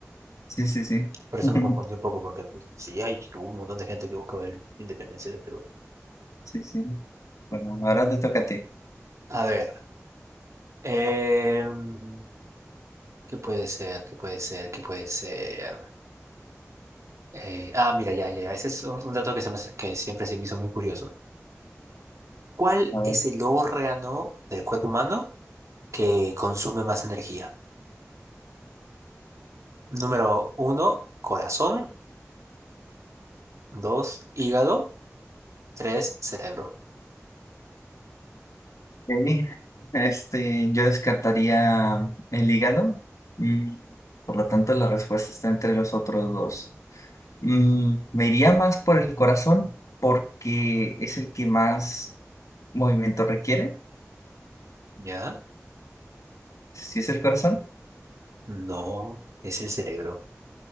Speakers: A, on the left; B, on the right.
A: Sí, sí, sí.
B: Por eso
A: <laughs>
B: me confundí un poco porque pues, sí hay hubo un montón de gente que buscaba la independencia de Perú.
A: Sí, sí. Bueno, ahora te toca a ti.
B: A ver, em, ¿qué puede ser? ¿Qué puede ser? ¿Qué puede ser? Eh, ah, mira, ya, ya, ya. Ese es un, un dato que, se me hace- que siempre se me hizo muy curioso. ¿Cuál
A: A ver.
B: es el órgano del cuerpo humano que consume más energía? Número uno, corazón. Dos, hígado. Tres, cerebro.
A: Ok, Este, yo descartaría el hígado. Mm, Por lo tanto, la respuesta está entre los otros dos. Mm, me iría más por el corazón porque es el que más movimiento requiere.
B: ¿Ya?
A: Si es el corazón,
B: No, es el cerebro.